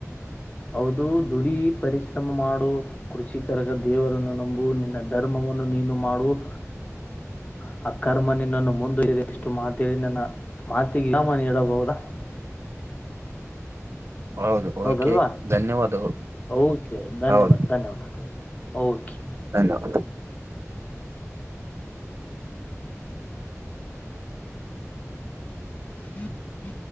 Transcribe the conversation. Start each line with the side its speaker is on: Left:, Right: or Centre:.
Left: ಹೌದುದು ದುಡಿ ಪರಿಶ್ರಮ ಮಾಡು ಕೃಷ ಕರಗ ದೇವರನ್ನು ನಂಬು ನಿನ್ನ ಧರ್ಮವನ್ನು. ನಿನ್ನು ನೀನು ಮಾಡುವ ಹಕ್ಗ್ ಆ ಕರ್ಮ ನಿನ್ನನ್ನು ಮುಂದವಲಿಲಿ ಇಷ್ಟು ಮಾತೇಳಿ ನನ್ನ ಮಾತಿಗೆ ನಿರ್ನಾಮ ನೀಡಬಹುದಾ. <unintelligible>
Right: ಹೌದು
Left: ಹೌದಲ್ವಾ
Right: ಓಕೆ ಧನ್ಯವಾದಗಳು
Left: ಓಕೆ ಧನ್ಯವಾದ
Right: ಹೌದು
Left: ಧನ್ಯವಾದಗಳು ಓಕೆ.
Right: ಧನ್ಯವಾದ
Left: ಹ ಹ.